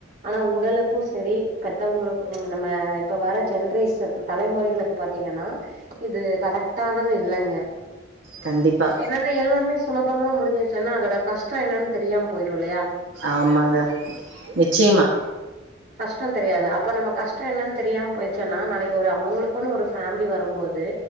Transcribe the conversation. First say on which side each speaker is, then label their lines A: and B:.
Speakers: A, on the right (about 50°); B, on the right (about 85°).
A: ஆனா உடலுக்கும் செரி பெத்தவங்களுக்கும் நம்ம இப்ப வர ஜென்ரேஷன் தலைமுறைகளுக்கு பாத்தீங்கன்னா இது கரெக்டானது இல்லங்க
B: கண்டிப்பா
A: என்னன்னா எல்லாமே சுலபமா முடிசிருச்சுன்னா அதோட கஷ்டம் என்னன்னு தெரியாம போயிடும் இல்லையா
B: ஆமாங்க நிச்சயமா
A: கஷ்டம் தெரியாது அப்ப நம்ம கஷ்டம் என்னன்னு தெரியாம போயிருச்சுன்னா நாளைக்கு ஒரு அவங்களுக்குன்னு ஒரு ஃபேமிலி வரும்போ து